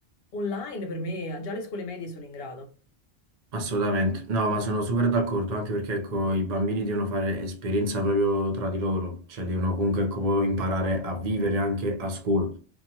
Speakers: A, on the left (about 60°); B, on the right (about 50°).
A: online per me, già le scuole medie sono in grado.
B: Assolutamente, no, ma sono super d'accordo, anche perché ecco, i bambini devono fare esperienza proprio tra di loro, cioè devono comunque ecco, poi imparare a vivere anche a scuola.